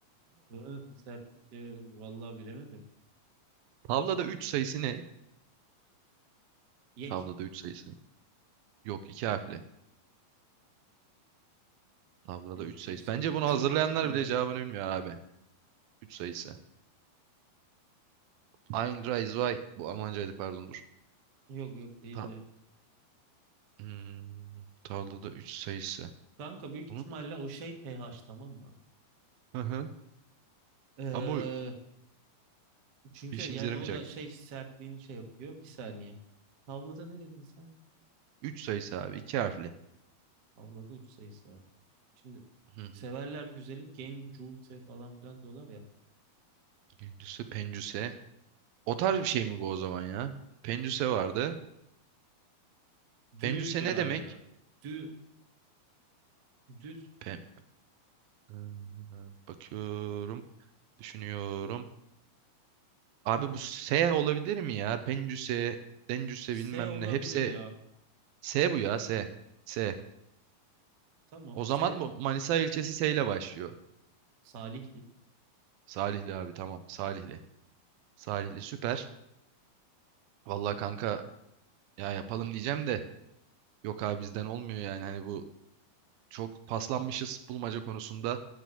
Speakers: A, on the right; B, on the right.
A: Bunu sertlik e, vallahi bilemedim.
B: Tavlada 3 sayısı ne?
A: Yek.
B: Tavlada 3 sayısı. Yok 2 harfli. Tavlada
A: Yani
B: 3
A: çu
B: sayısı.
A: se.
B: Bence bunu
A: Çu,
B: hazırlayanlar
A: çu muydu?
B: bile cevabını bilmiyor abi. 3 sayısı. Ein, drei, zwei. Bu Almancaydı pardon dur.
A: Yok yok değildi.
B: Ta hmm, tavlada 3 sayısı.
A: Kanka büyük
B: Bunu...
A: ihtimalle o şey pH tamam mı?
B: Hı hı.
A: Ee,
B: Ama o
A: çünkü
B: işimize
A: yani
B: yaramayacak.
A: o da şey sertliğini şey yapıyor. Bir saniye. Tavlada ne dedin sen?
B: 3 sayısı abi iki harfli.
A: Tavlada 3 sayısı var. Şimdi
B: Hı hı.
A: severler güzeli gencuse falan filan diyorlar ya.
B: Gündüzse pencüse. O tarz bir şey mi bu o zaman ya? Pencüse vardı.
A: Dü'ydü
B: Pencüse ne
A: galiba.
B: demek?
A: Dü, düz
B: Pen... Ee, Bakıyorum. Düşünüyorum. Abi bu S olabilir mi ya? Pencüse, Dencüse
A: S
B: bilmem
A: olabilir
B: ne. Hepsi
A: ya.
B: S bu ya S. S.
A: Tamam
B: O zaman
A: S
B: bu Manisa ilçesi S ile başlıyor.
A: Salihli.
B: Salihli abi tamam. Salihli. Salihli süper. Vallahi kanka ya yapalım diyeceğim de yok abi bizden olmuyor yani. Hani bu çok paslanmışız bulmaca konusunda.